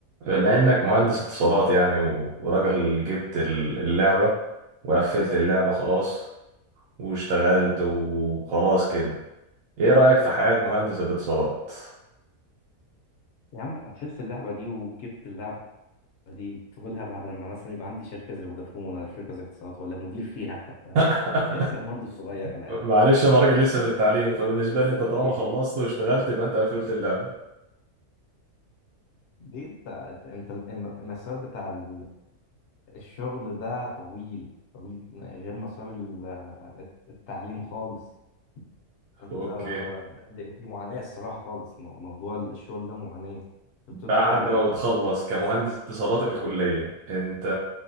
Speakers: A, on the right; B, on the left.
A: بما انك مهندس اتصالات يعني و- وراجل جبت ال- اللعبة وقفلت اللعبة خلاص واشتغلت وخلاص كده ايه رأيك في حياة مهندس الاتصالات
B: يا عم قفلت اللعبة دي وجبت اللعبة دي تقولها بعد لما مثلا يبقى عندي شركة زي فودافون ولا شركة زي اتصالات ولا مدير فيها حتى
A: <laughs>
B: لسه مهندس صغير على
A: معلش
B: قد
A: انا راجل
B: كده
A: لسه في التعليم فبالنسبة
B: لسه
A: لي انت
B: بتقول
A: طالما
B: يا
A: خلصت
B: هادي
A: واشتغلت يبقى انت قفلت اللعبة
B: ليه انت انت انت الم- المسار بتاع ال- الشغل ده طويل طويل غير مسار ال- التعليم خالص انت
A: اوكي
B: ده- دي معاناة الصراحة خالص مو- موضوع الشغل ده معاناة بتدخل
A: بعد ما بتخلص
B: س-
A: كمهندس
B: سلك
A: اتصالات الكلية انت